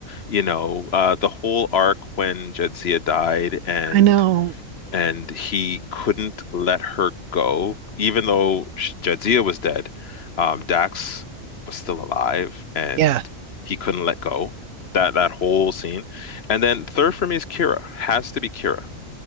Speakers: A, on the left; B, on the right.
A: you know, uh, the whole arc when Jadzia died and
B: I know.
A: and he couldn't let her go, even though sh- Jadzia was dead. Um, Dax was still alive, and
B: Yeah.
A: he couldn't let go. That that whole scene, and then third for me is Kira. Has to be Kira.